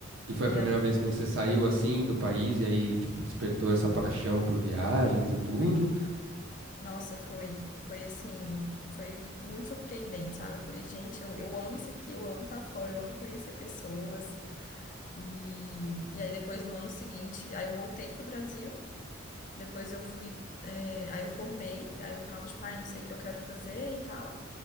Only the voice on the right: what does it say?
E foi
a primeira
vez que você saiu assim do país e aí, tipo, despertou essa paixão por viagens e tudo.